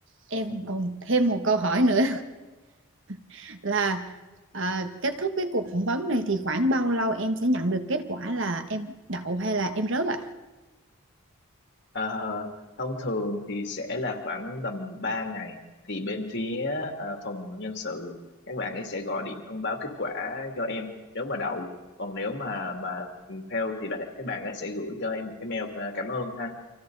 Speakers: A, on the right (about 55°); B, on the left (about 50°).
A: em
B: Ừ.
A: còn thêm một câu hỏi nữa <laughs> là à, kết thúc cái cuộc phỏng vấn này thì khoảng bao lâu em sẽ nhận được kết quả là em đậu hay là em rớt ạ?
B: Ờ, thông thường thì sẽ là khoảng tầm 3 ngày thì bên phía ờ, phòng nhân sự các bạn ấy sẽ gọi điện thông báo kết quả cho em nếu mà đậu còn nếu mà mà fail thì bác các bạn ấy sẽ gửi cho em một cái mail ờ, cảm ơn ha